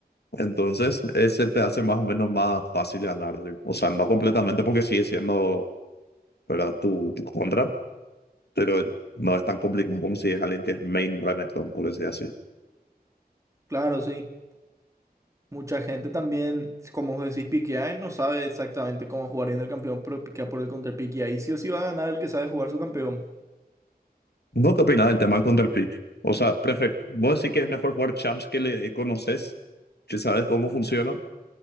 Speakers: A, on the left; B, on the right.
A: Entonces, ese te hace más o menos más fácil ganar. ¿sí? O sea, no completamente porque sigue siendo, ¿verdad? Tu, tu contra, pero no es tan complicado como si es alguien que es main Renekton, por decir así.
B: Claro, sí. Mucha gente también, como vos decís, piquea y no sabe exactamente cómo jugar en el campeón, pero piquea por el counter pick y ahí sí o sí va a ganar el que sabe jugar su campeón.
A: ¿Vos qué opinás del tema del el O sea, perfecto. ¿Vos decís que es mejor jugar champs que le conoces, que sabes cómo funciona,